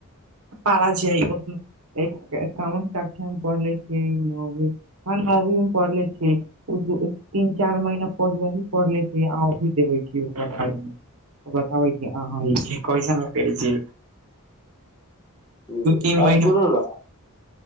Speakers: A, on the right; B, on the left.
A: सारा छै उम्म एक कोन कक्षा मे पढ़ले छीयै <unintelligible> हां नौवीं में पढ़ले छीयै। उ दु तीन-चार महीना पहिले ही पढ़ले छीयै आ अभी देखय छीयै ओकरा बारमे? त बताबै छीयै अहां ऐसे <unintelligible> करे छीयै?
B: उ
A: तीन
B: आर
A: महीना
B: सुनू नै